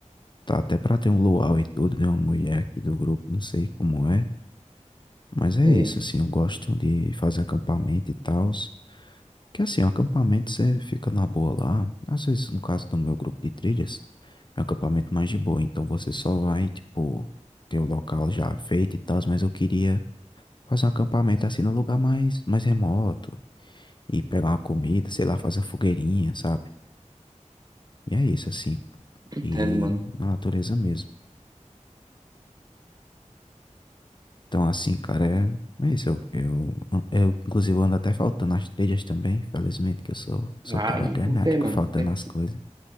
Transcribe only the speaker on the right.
Sei,
entendo,
mano.
Ah,
e
por quê,
mano?
Você-